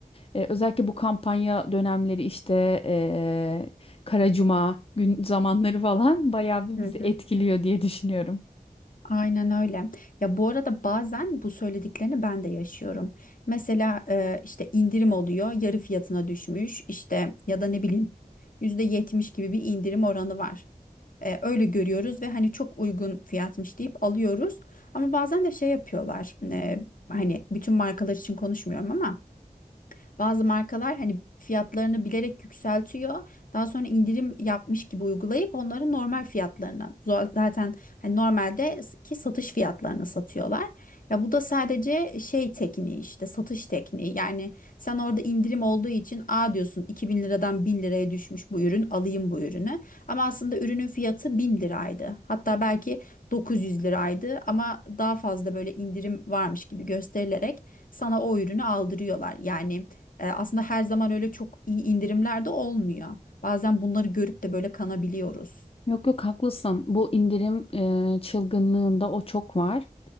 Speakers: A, on the left; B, on the left.
A: E, özellikle bu kampanya dönemleri işte e, Kara Cuma gün zamanları falan bayağı bir
B: Hı
A: bizi
B: hı.
A: etkiliyor diye düşünüyorum.
B: Aynen öyle. Ya bu arada bazen bu söylediklerini ben de yaşıyorum. Mesela e, işte indirim oluyor, yarı fiyatına düşmüş işte ya da ne bileyim %70 gibi bir indirim oranı var. E, öyle görüyoruz ve hani çok uygun fiyatmış deyip alıyoruz. Ama bazen de şey yapıyorlar. e, hani bütün markalar için konuşmuyorum ama bazı markalar hani fiyatlarını bilerek yükseltiyor. Daha sonra indirim yapmış gibi uygulayıp onları normal fiyatlarından zo- zaten hani normalde ki satış fiyatlarına satıyorlar. Ya bu da sadece şey tekniği işte satış tekniği. Yani sen orada indirim olduğu için a diyorsun 2000 liradan 1000 liraya düşmüş bu ürün alayım bu ürünü. Ama aslında ürünün fiyatı 1000 liraydı. Hatta belki 900 liraydı ama daha fazla böyle indirim varmış gibi gösterilerek sana o ürünü aldırıyorlar. Yani e, aslında her zaman öyle çok iyi indirimler de olmuyor. Bazen bunları görüp de böyle kanabiliyoruz.
A: Yok yok haklısın. Bu indirim e, çılgınlığında o çok var.